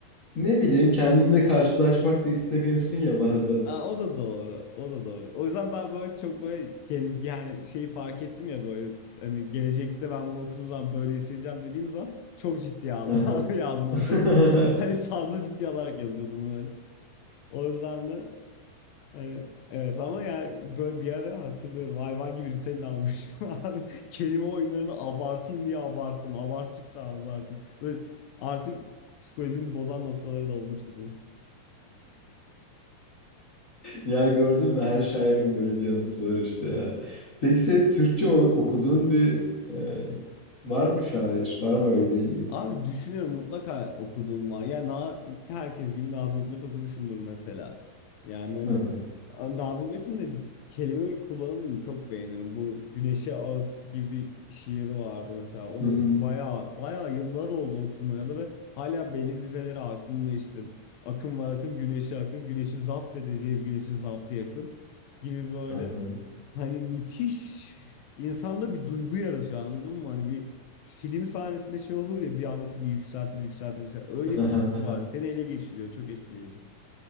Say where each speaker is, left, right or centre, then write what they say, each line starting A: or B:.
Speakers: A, on the left; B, on the left.
A: ne bileyim kendinle karşılaşmak da istemiyorsun ya bazen.
B: Aa, o da doğru. O da doğru. O yüzden ben böyle çok böyle gele- yani şeyi fark ettim ya böyle hani gelecekte ben bunu okuduğum zaman böyle hissedeceğim dediğim zaman çok ciddiye aldım
A: Aha.
B: <laughs> abi yazmaları
A: <laughs>
B: böyle. Hani fazla ciddi alarak yazıyordum böyle. O yüzden de Hani, evet ama yani böyle bir ara hatırlıyorum hayvan gibi Ritalin almışım <laughs> abi. Kelime oyunlarını abartayım diye abarttım. Abarttık da abarttım. Böyle artık psikolojimi bozan noktaları da olmuştu bu.
A: Ya gördün mü her şairin böyle bir yanısı var işte ya. Peki sen Türkçe o- okuduğun bir e,
B: <laughs>
A: var mı şair? Var mı öyle bir ilgin?
B: Abi düşünüyorum mutlaka okuduğum var. Yani na- herkes gibi Nazım Hikmet okumuşumdur mesela. Yani hani
A: Hı hı.
B: a- Nazım Hikmet'in de kelime kullanımını çok beğenirim. Bu Güneşe Ağıt gibi bir şiiri vardı mesela. Onu
A: Hı hı.
B: bayağı bayağı yıllar oldu okumayalı ve hala belli dizeleri aklımda işte. Akın var akın, güneşe akın, güneşi zapt edeceğiz, güneşi zaptı yakın gibi böyle.
A: Hı hı.
B: Hani müthiş insanda bir duygu yaratıyor anladın mı? Hani bir film sahnesinde şey olur ya bir anda seni yükseltir yükseltir yükseltir. Öyle
A: Hı
B: bir
A: hı.
B: hissi var. Seni
A: <laughs>
B: ele geçiriyor. Çok etkileyici.